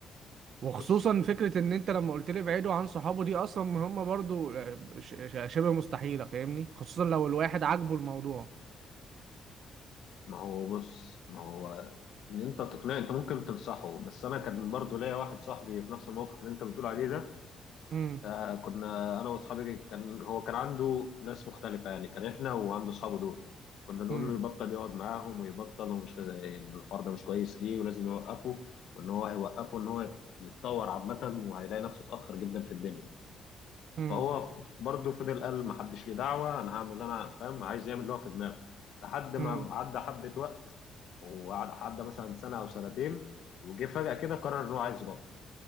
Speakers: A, on the right (about 65°); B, on the left (about 75°).
A: وخصوصا
B: بص
A: فكرة ان انت لما قلت لي ابعدوا عن صحابه دي اصلا مهمة برضو آه، ش- ش- شبه مستحيلة فاهمني خصوصا لو الواحد عاجبه الموضوع
B: ما هو بص ما هو ان انت تقنعه انت ممكن تنصحه بس انا كان برضو ليا واحد صاحبي في نفس الموقف اللي انت بتقول عليه ده
A: امم
B: آه كنا انا واصحابي كان هو كان عنده ناس مختلفه يعني كان احنا وعنده اصحابه دول كنا نقول
A: امم
B: له يبطل يقعد معاهم ويبطل ومش لازم- ان الحوار ده مش كويس ليه ولازم يوقفه وان هو هيوقفه ان هو يتطور عامه وهيلاقي نفسه اتاخر جدا في الدنيا
A: امم.
B: فهو برضه فضل قال ما حدش ليه دعوه انا هعمل اللي انا فاهم عايز يعمل اللي هو في دماغه لحد ما
A: امم
B: عدى حبه وقت وعدى مثلا سنه او سنتين وجه فجاه كده قرر ان هو عايز يبطل